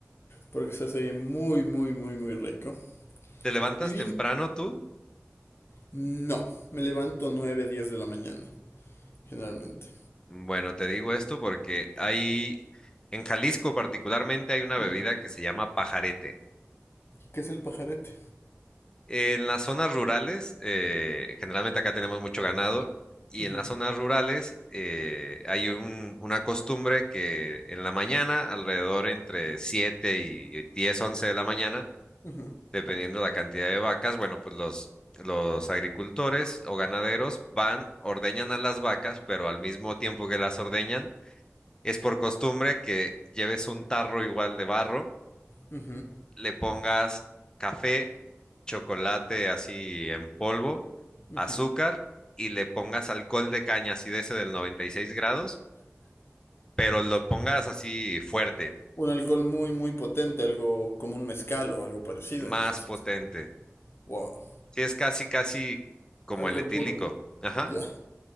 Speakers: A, on the left; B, on the left.
A: porque se hace muy, muy, muy, muy rico.
B: ¿Te levantas
A: Y dime-
B: temprano tú?
A: no, me levanto 9 10 de la mañana, generalmente.
B: Bueno, te digo esto porque hay, en Jalisco particularmente, hay una
A: Ujú.
B: bebida que se llama pajarete.
A: ¿Qué es el pajarete?
B: En las zonas rurales, eh, generalmente acá tenemos mucho ganado, y
A: Ujú,
B: en las zonas rurales eh, hay un- una costumbre que en la mañana, alrededor entre 7 y 10, 11 de la mañana,
A: ujú,
B: dependiendo la cantidad de vacas, bueno, pues los, los agricultores o ganaderos van, ordeñan a las vacas, pero al mismo tiempo que las ordeñan, es por costumbre que lleves un tarro igual de barro,
A: ujú,
B: le pongas café, chocolate así en polvo,
A: ujú.
B: azúcar y le pongas alcohol de caña así de ese del 96 grados, pero lo pongas así fuerte,
A: Un alcohol muy, muy potente, algo como un mezcal o algo parecido,
B: más
A: entonces.
B: potente.
A: Wow,
B: Sí, es casi, casi como
A: alcohol
B: el etílico.
A: puro,
B: Ajá.
A: ya.